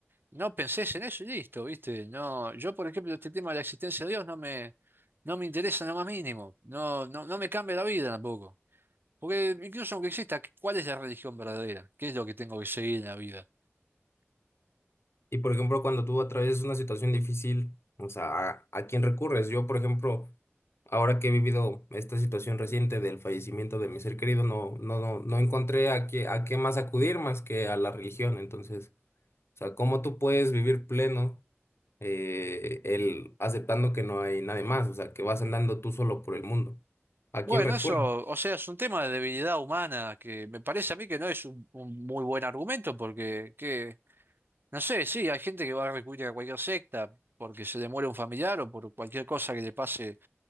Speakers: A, on the right; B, on the left.
A: No pensés en eso y listo, ¿viste? No, yo, por ejemplo, este tema de la existencia de Dios no me, no me interesa en lo más mínimo. No, no, no me cambia la vida tampoco. Porque incluso aunque exista, ¿cuál es la religión verdadera? ¿Qué es lo que tengo que seguir en la vida?
B: Y por ejemplo, cuando tú atraviesas una situación difícil, o sea, ¿a, a quién recurres? Yo, por ejemplo, ahora que he vivido esta situación reciente del fallecimiento de mi ser querido, no, no, no, no encontré a qué, a qué más acudir más que a la religión. Entonces, o sea, ¿cómo tú puedes vivir pleno eh, el aceptando que no hay nadie más? O sea, que vas andando tú solo por el mundo. ¿A
A: Bueno,
B: quién recurres?
A: eso, o sea, es un tema de debilidad humana que me parece a mí que no es un, un muy buen argumento porque, que, no sé, sí, hay gente que va a recurrir a cualquier secta porque se le muere un familiar o por cualquier cosa que le pase